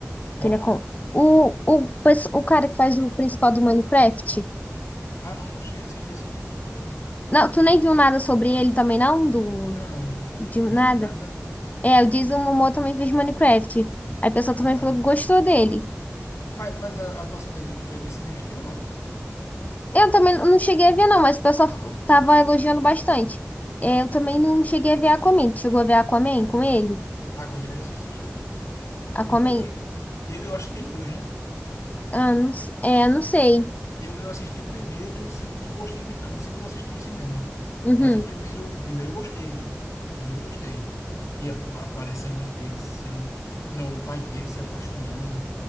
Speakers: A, on the left; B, on the left.
A: Qual?
B: Que ele é com... o, o, pes- o cara que faz o principal do Minecraft.
A: Ah, não, não cheguei a assistir esse filme, não, velho.
B: Não, tu nem viu nada sobre ele também, não?
A: N-
B: Do,
A: Não,
B: de nada?
A: vi nada.
B: É, o Jason Momoa também fez Minecraft. Aí o pessoal
A: Caramba.
B: também falou que gostou dele.
A: Mas, mas a atuação dele também foi nesse mesmo estilo, não?
B: Eu também não cheguei a ver, não, mas o pessoal
A: Ah,
B: tava elogiando bastante. É, eu também não cheguei a ver Aquaman. Tu chegou a ver Aquaman com ele?
A: A Aquaman eu já assisti já.
B: Aquaman?
A: O, o prim... eu, eu acho que tem dois, né?
B: Ah, não, s- é, não sei.
A: Eu, eu assisti o primeiro e o segundo eu não gostei muito, não. O segundo eu assisti no cinema.
B: Uhum,
A: Mas o primeiro, o primeiro eu gostei, vi? O primeiro eu gostei. Que a- aparece a mãe dele sendo. Não, o pai dele se apaixonando